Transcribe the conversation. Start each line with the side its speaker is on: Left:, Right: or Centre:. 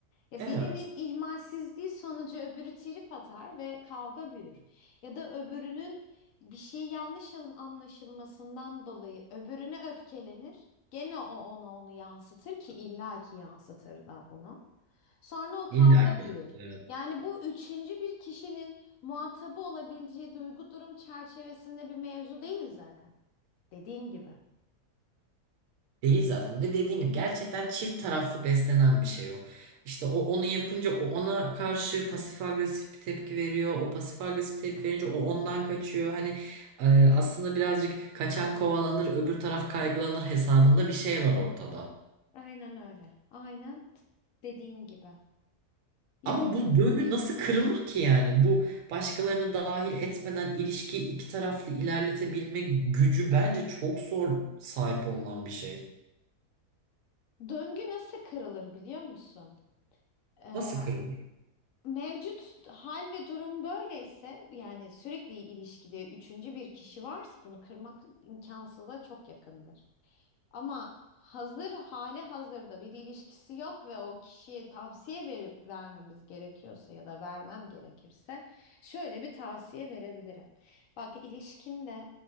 Left: Ya
Right: Evet.
Left: birinin ihmalsizliği sonucu öbürü trip atar ve kavga büyür. Ya da öbürünün bir şey yanlış an- anlaşılmasından dolayı öbürüne öfkelenir. Gene o ona onu yansıtır ki illaki yansıtır da bunu. Sonra o
Right: İlla
Left: kavga
Right: ki.
Left: buyur.
Right: Evet.
Left: Yani bu üçüncü bir kişinin muhatabı olabileceği duygu durum çerçevesinde bir mevzu değil zaten. Dediğin gibi.
Right: Değil zaten. Ve dediğin gibi gerçekten çift taraflı beslenen bir şey o. İşte o onu yapınca o ona karşı pasif agresif bir tepki veriyor. O pasif agresif tepki verince o ondan kaçıyor. Hani e, aslında birazcık kaçan kovalanır, öbür taraf kaygılanır hesabında bir şey var ortada.
Left: Aynen öyle. Aynen t- dediğin gibi. Ya
Right: Ama bu döngü nasıl kırılır ki yani? Bu başkalarını dahil etmeden ilişkiyi iki taraflı ilerletebilme gücü bence çok zor sahip olunan bir şey.
Left: döngü nasıl kırılır biliyor musun? Ee,
Right: Nasıl kırılır?
Left: Mevcut hal ve durum böyleyse yani sürekli ilişkide üçüncü bir kişi varsa bunu kırmak imkansıza çok yakındır. Ama hazır hali hazırda bir ilişkisi yok ve o kişiye tavsiye verip vermemiz gerekiyorsa ya da vermem gerekirse şöyle bir tavsiye verebilirim. Bak ilişkinde